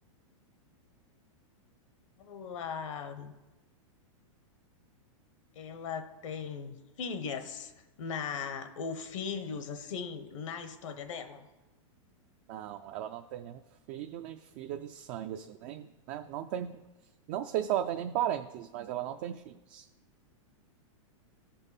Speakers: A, on the left; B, on the right.
A: ela, ela tem filhas na, ou filhos, assim, na história dela.
B: Não, ela não tem nenhum filho nem filha de sangue, assim, nem, né, não tem, não sei se ela tem nem parentes, mas ela não tem filhos.